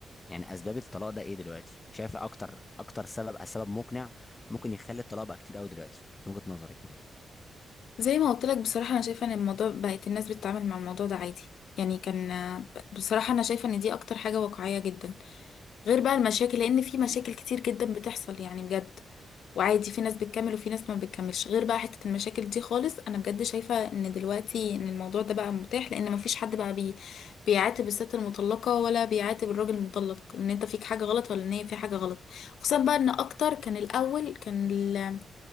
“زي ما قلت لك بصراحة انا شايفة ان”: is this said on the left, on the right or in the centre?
Left